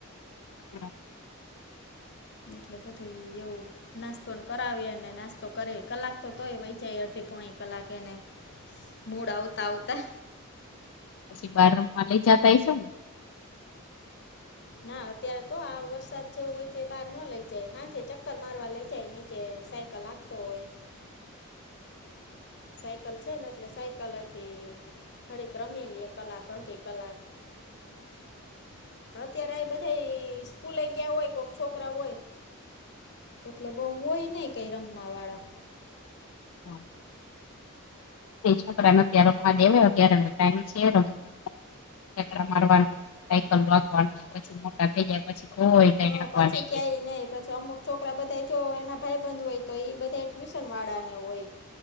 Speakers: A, on the left (about 70°); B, on the left (about 55°).
A: હા <inaudible>
B: મતલબ થઈ એવું. નાસ્તોને કરાવી અને નાસ્તો કરે કલાક તો તોય વહી જાય અડધી પોણી કલાક એને. મૂડ આવતા આવતા.
A: પછી બાર રમ માં લઈ જતા હઈ છે ને?
B: ના અત્યારે તો આ વરસાદ જેવું હોય તે બહાર ન લઈ જાય, હા જે ચક્કર મારવા લઇ જાય નીચે સાય કલાક તો હોય સાયકલ છે ને એટલે સાયકલથી થડીક રમીલીએ કલાક અરથી કલાક, <unintelligible> પણ અત્યારે આ બધ થઈ સ્કૂલે ગયા હોય છો છોકરાઓ હોય એટલે બહુ હોય નહ કઈ રમવા વાળા.
A: હમ છોકરા ન ત્યાં રૂમમાં દેવાય અત્યારે એનો ટાઈમ છે રૂમ <inaudible> ઠેકડા મારવાનું. સાયકલ વાગવાનુ, પછી મોટા થઈ જાય પછી <inaudible>
B: હ પછી
A: નહી
B: ક્યાંય
A: દે
B: નહી પછી અમુક છોકરા બધા જો એના ભાઈ બંધ હોય તો એ બધા ટ્યુશન વાળાને હોય.